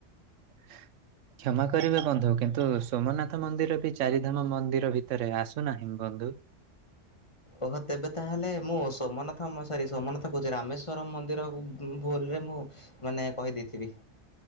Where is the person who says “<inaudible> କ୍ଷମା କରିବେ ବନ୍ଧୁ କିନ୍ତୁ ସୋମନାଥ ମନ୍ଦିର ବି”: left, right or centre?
Right